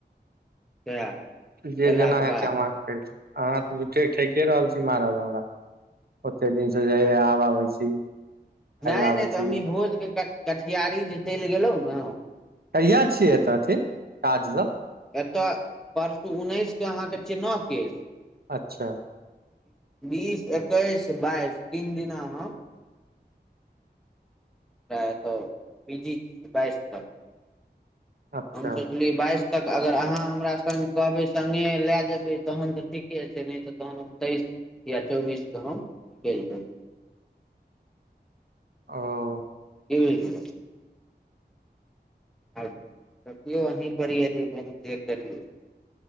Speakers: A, in the centre; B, on the right (about 60°).
A: तऽ
B: जे
A: एलाके
B: जेना हेत
A: बाद
B: हम आह अहाँ त झूठे ठेके रहल छी महाराज हमरा ओते दिन से जाइ आबै छी
A: नै
B: आबै
A: नै
B: छी
A: त हम
B: तऽ
A: ई भोज के कटिहारी जे चलि गेलहुँ ने
B: कहिया छियै एत अथी काज दन
A: अत परसू उन्नैस के अहाँ के छिय नोकेश
B: अच्छा
A: बीस ऐकेश बाइस तीन दिना हम सैहा त बीजी छी बाइस तक
B: अच्छा
A: हम सोचलिय बाइस तक अगर अहाँ हमरा संग कहबै संग लै जेबे तहन त ठीके छै नै त तहन हम तैस या चौबीस क हम निकलि जेबै
B: अ हो
A: <unintelligible> आब देखियौ अहि पर ऐ जे भेज तेर करियऔ